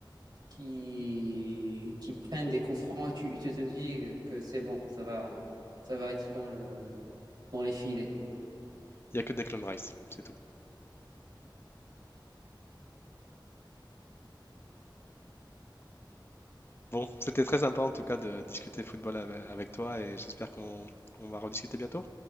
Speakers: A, on the right; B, on the left.
A: qui, qui prennent des coups francs et tu, tu te dis que c'est bon, ça va, ça va être dans le, dans les filets.
B: Il n'y a que Declan Rice, c'est tout. Bon, c'était très sympa en tout cas de discuter football ave- avec toi et j'espère qu'on on va rediscuter bientôt.